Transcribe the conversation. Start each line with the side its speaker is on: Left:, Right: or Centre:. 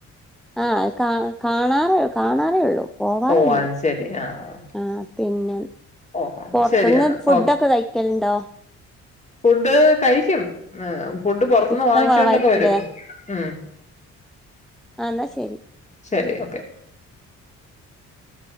Centre: ആഹ് കാ കാണാറേ കാണാറേ ഉള്ളൂ പോവാറൊന്നു
Left: ഓ അത് ശരി ആഹ്
Centre: ആഹ് പിന്നെ
Left: ഓ
Centre: പൊർത്ത്ന്ന്
Left: ശരി എന്നാ
Centre: ഫുഡക്ക
Left: ഓ
Centre: കഴിക്കല്ണ്ടോ
Left: ഫുഡ് കഴിക്ക്യും മെ ഫുഡ് പൊറത്ത്ന്ന്
Centre: ഇഷ്ടം
Left: വാങ്ങിച്ചോണ്ടെക്ക
Centre: കുറവായിരിക്കുംല്ലേ
Left: വരും ഉം
Centre: ആന്നാ ശരി
Left: ശരി ഓക്കെ